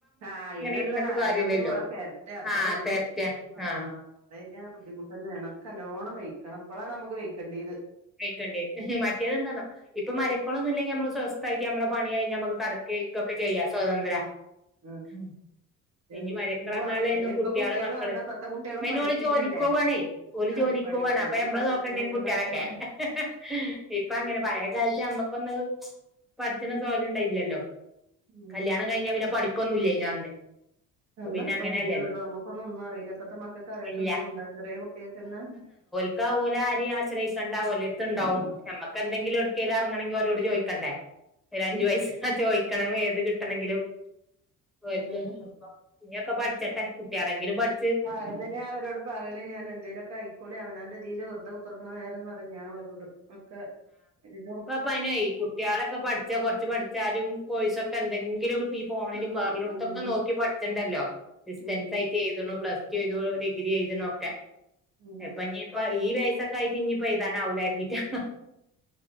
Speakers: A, on the right (about 55°); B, in the centre.
A: ആ അയിനുള്ള
B: ഇരുന്നിട്ട് കാര്യല്ലല്ലോ
A: ആരോഗ്യ വ തരട്ടെ അത്രേള്ളു
B: ആഹ് തെരറ്റെ
A: ആ.
B: ആഹ്
A: ഴിഞ്ഞാ ബുദ്ധിമുട്ടെനേണ് ൻകല്ലോണം വെയ്ക്കണം ഇപ്പളാണമ്മക്ക് വെയ്ക്കണ്ടേത്.
B: വെയിക്കണ്ട്യ ഉം ഹ് മറ്റേതെന്തന്നോ ഇപ്പ മരക്കൊളൊന്നുല്ലെങ്കിൽ നമ്മൾ സ്വസ് നമ്മള പണി കഴിഞ്ഞ നമ്മക്ക് കടക്കെ ഇരിക്കൊക്കെ ചെയ്യ സ്വതന്ത്ര.
A: ആഹ് ആഹ്
B: ഉഹ്
A: ഇത്
B: ഇഞ്ഞ് മരക്കളന്നാലയ്ന്ന്
A: അപ്പൊ ഇനിയിപ്പോ
B: കുട്ട്യാള്
A: കുട്ടികള്
B: മക്കള്
A: വന്നാ ഇപ്പത്തെ കുട്ടികളും
B: പ്പയ്‌നോല്
A: പഠിക്കന്നല്ലേ
B: ജോലിക്കോവാണേ ഓല്
A: ആഹ്
B: ജോലി ലിക്കുവാണ്
A: പഠിക്കും
B: അപ്പ
A: ഓൽക്ക്
B: നമ്മള്
A: പഠിക്കണം
B: നോക്കേണ്ട്യരും
A: ഓലിതാവുമ്പോ
B: കുട്ട്യാളൊക്കെ ഹ്. ഹേ ഹേ ഇപ്പങ്ങനെ പഴയ കാലത്ത് നമ്മക്കൊന്ന് പഠിച്ച്ണ സൊഹലുണ്ടായില്ലല്ലോ.
A: ഉം
B: കല്യാണം കഴിഞ്ഞാ പിന്നെ പഠിപ്പൊന്നുല്ലയ്‌ന് അന്ന്. അപ്പൊ
A: അന്നത്ര
B: പിന്നെ അങ്ങനെയല്ലല്ലോ
A: ബുദ്ധിയൊള്ളു നമ്മക്കൊന്നും ഒന്നു അറിയില്ലപ്പത്തെ മക്കക്ക് അറിയാത്ത
B: ഇല്ല
A: എന്തേലുണ്ടോ ചെറിയ കുട്ട്യാക്കെന്നെ.
B: ക്ക ഓലാരി ആശ്രയിക്കണ്ട ഓലെടുത്തുണ്ടാവും
A: ആഹ്
B: നമ്മക്കെ ന്തെങ്കിലും ഒട്ക്കേലു അറങ്ങണങ്കിൽ ഓലോട് ചോയിക്കണ്ടേ ഒരു അഞ്ചു പയ്സ ചോയിക്കണമേത് കിട്ടണെങ്കിലും. ദോരക്ക്
A: അതന്നെ
B: എളുപ്പാ ഇഞ്ഞൊക്കെ പഠിച്ചട്ടെ കുട്ട്യാളെങ്കിലും പഠി
A: ആ എന്നെ ഞാ അവരോട് പറയല് ഞാൻ എന്തേലൊക്കെ അയിക്കോളി അവനാന്റെതീല് വെുതെ കുത്ര ക്ക്ണ നേരന്നറി ഞാ ഓലോട്. ഹ് ഒരു
B: പ്പപനേയ് കുട്ട്യാളൊക്കെ പഠിച്ചാ കൊറച്ച് പഠിച്ചാലും കോയ്സൊക്കെന്തെങ്കിലും ഈ ഫോണിലും
A: കിട്ടും
B: വ് റലോട്ത്തൊക്കെ
A: ഉം
B: നോക്കി പഠിച്ച്ണ്ടല്ലോ ഡിസ്‌റ്റൻസായിട്ട്
A: ഉം
B: എഴതുണു പ്ലസ് ചെയ്തു ഡിഗ്രി എയ്തണൊക്കെ
A: ഉം
B: എപ്പഞ്ഞ് പ ഈ വയസ്സൊക്കെ ആയിട്ട് ഇഞ്ഞ്പ്പ എഴുതാനാവൂലര്തീട്ടാണ്.